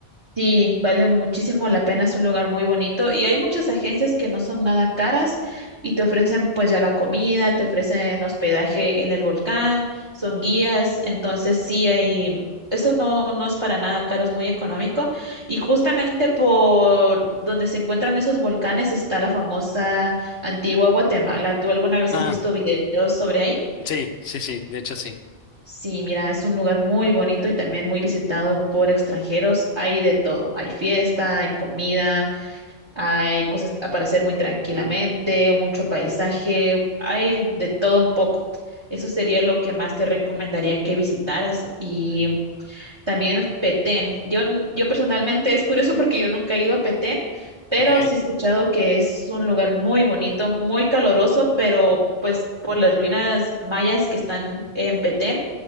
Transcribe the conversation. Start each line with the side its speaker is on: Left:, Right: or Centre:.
Right: sí, vale muchísimo la pena, es un lugar muy bonito y hay muchas agencias que no son nada caras y te ofrecen pues ya la comida, te ofrecen hospedaje en el volcán, son guías, entonces sí hay... Eso no, no es para nada caro, es muy económico. Y justamente por donde se encuentran esos volcanes está la famosa Antigua Guatemala. ¿Tú alguna vez
Left: Ah,
Right: has visto videos sobre ahí?
Left: sí, sí, sí, de hecho sí.
Right: Sí, mira, es un lugar muy bonito y también muy visitado por extranjeros. Hay de todo. Hay fiesta, hay comida, hay cosas para hacer muy tranquilamente, mucho paisaje, hay de todo un poco. Eso sería lo que más te recomendaría que visitaras. Y
Left: De-
Right: también Petén. Yo, n- yo personalmente es curioso porque yo nunca he ido a Petén, pero
Left: ok,
Right: sí he escuchado que es un lugar muy bonito, muy caloroso, pero pues por las ruinas mayas que están en Petén